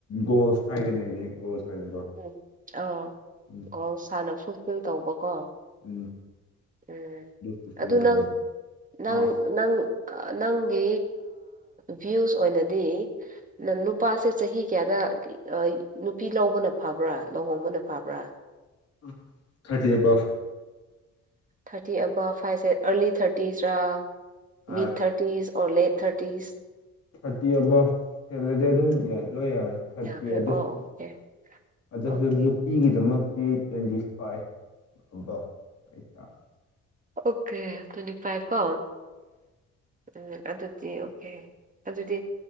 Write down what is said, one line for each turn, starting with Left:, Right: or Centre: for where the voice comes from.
Left: ꯒꯣꯜꯁ ꯍꯥꯏꯒꯅꯦꯗꯤ ꯒꯣꯜꯁ ꯑꯣꯏꯅꯀꯣ
Right: ꯎꯝ ꯑꯣ
Left: ꯎꯝ
Right: ꯒꯣꯜꯁ ꯍꯥꯟꯅꯥ ꯐꯨꯜꯐꯤꯜ ꯇꯧꯕꯀꯣ
Left: ꯎꯝ
Right: ꯎꯝ
Left: ꯐꯨꯜꯐꯤꯜ
Right: ꯑꯗꯨ
Left: ꯇꯧ
Right: ꯅꯪ ꯅꯪ
Left: ꯑꯥ
Right: ꯅꯪ ꯅꯪꯒꯤ ꯚ꯭ꯌꯨꯁ ꯑꯣꯏꯅꯗꯤ ꯅ ꯅꯨꯄꯥꯁꯦ ꯆꯍꯤ ꯀꯌꯥꯗ ꯅꯨꯄꯤ ꯂꯧꯕꯅ ꯐꯕ꯭ꯔꯥ ꯂꯨꯍꯣꯡꯕꯅ ꯐꯕ꯭ꯔꯥ
Left: ꯎꯝ ꯊꯥꯔꯇꯤ ꯑꯕꯚ
Right: ꯊꯥꯔꯇꯤ ꯑꯕꯞ ꯍꯥꯏꯁꯦ ꯑꯔꯂꯤ ꯊꯥꯔꯇꯤ ꯔꯥ
Left: ꯑꯥ
Right: mid thirties or late thirties
Left: thirty above ꯍꯦꯜꯂꯗꯤ ꯑꯗꯨꯝ ꯌꯥꯏ ꯂꯣꯏ ꯌꯥꯎꯔꯦ ꯊꯥꯔꯇꯤ
Right: ꯌꯥꯈ꯭ꯔꯦ
Left: ꯑꯗꯨꯁꯨ
Right: ꯑꯣ ꯑꯣꯀꯦ
Left: ꯑꯗꯨꯁꯨ
Right: ꯑꯣꯀꯦ
Left: ꯅꯨꯄꯤꯒꯤꯗꯃꯛꯇꯤ ꯇ꯭ꯋꯦꯟꯇꯤ ꯐꯥꯏꯚ <unintelligible> ꯍꯥꯏꯇꯥꯔꯦ
Right: ꯑꯣꯀꯦ ꯇ꯭ꯋꯦꯟꯇꯤ ꯐꯥꯏꯚ ꯀꯣ ꯎꯝ ꯑꯗꯨꯗꯤ ꯑꯣꯀꯦ ꯑꯗꯨꯗꯤ